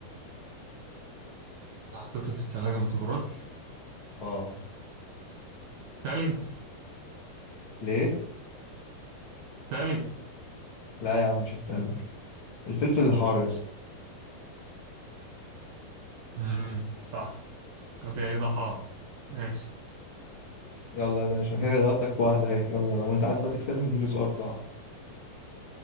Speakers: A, on the right; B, on the left.
A: حطيته في التلاجة ما تبردش
B: اه
A: تلج
B: ليه
A: تلج
B: لا يا عم مش التلج الفلفل الحار يا اسطى
A: امم صح اوكي ده حار ماشي
B: يلا يا باشا انا كده غلبتك في واحده اهي يلا لو انت عايز بقى تكسبني اديني سؤال صعب